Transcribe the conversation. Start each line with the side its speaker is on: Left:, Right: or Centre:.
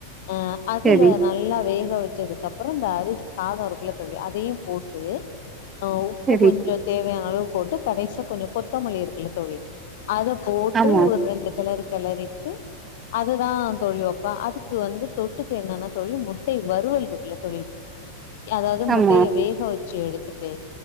Left: அ அதுல
Right: சரி
Left: நல்லா வேக வச்சதுக்கப் அப்பறோ இந்த அரு சாத இருக்குள்ளதோழி அதையு போட் டு ஆ உப்பு
Right: சரி
Left: கொஞ்ச தேவையான அளவு போட்டு கடைசி கொஞ்ச கொத்தமல்லி இருக்குல தோழி அத போட்டு
Right: ஆமா
Left: ஒரு ரெண்டு கலர் கிளறிட்டு அதுதா தோழி வப்பே அதுக்கு வந்து தொட்டுக்க என்னன்னா தோழி முட்டை வருவல் இருக்குல தோழி அதாவது
Right: ஆமா
Left: முட்டய வேக வச் ச்சு எடுத்துட்டு